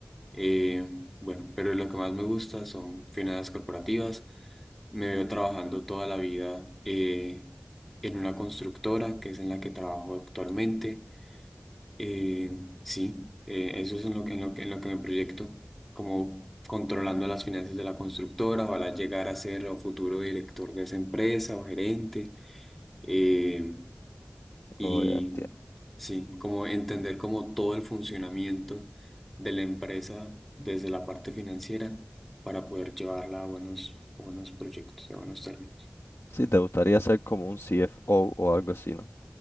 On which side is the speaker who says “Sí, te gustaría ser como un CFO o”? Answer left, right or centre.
Left